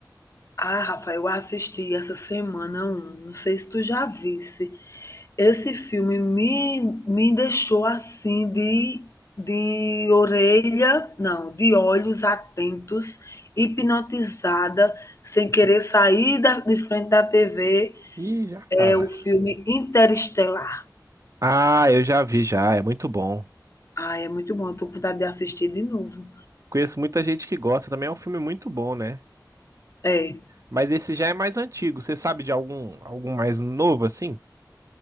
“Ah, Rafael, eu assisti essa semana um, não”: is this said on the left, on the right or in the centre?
Left